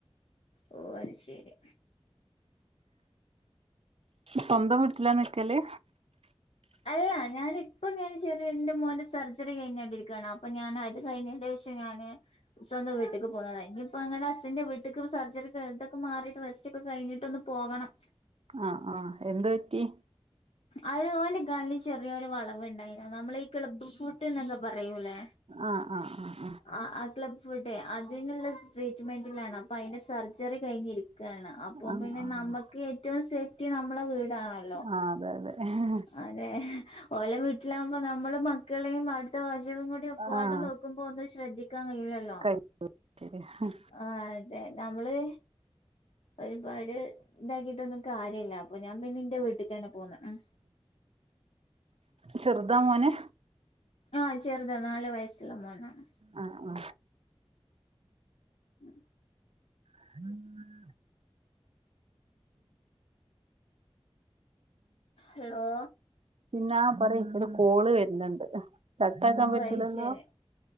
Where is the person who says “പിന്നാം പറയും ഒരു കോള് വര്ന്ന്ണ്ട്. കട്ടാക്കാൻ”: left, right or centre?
Right